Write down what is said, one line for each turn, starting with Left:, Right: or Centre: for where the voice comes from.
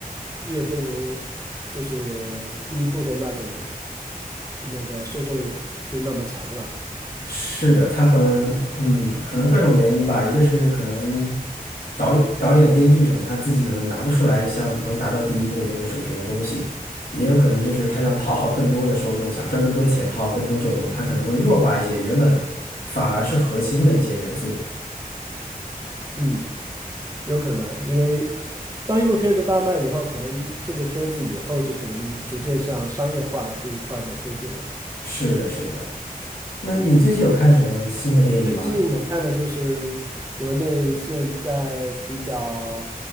Right: 越不如就是第一部的那种那个受众就是那么强了。
Left: 是的，他和嗯，可能各种原因吧，一个是可能导演、导演、编剧什么，他自己可能拿不出来像能达到第一部的那个水平的东西，也有可能就是他想讨好更多的受众，想赚更多钱，讨好更多受众，他可能会弱化一些原本反而是核心的一些元素。
Right: 嗯，有可能，因为当一部片子大卖以后，可能这部片子以后就可能逐渐向商业化这一块儿的推进了。
Left: 是的，是的。那你最近有看什么新的电影吗？
Right: 嗯最近我看的就是国内现在比较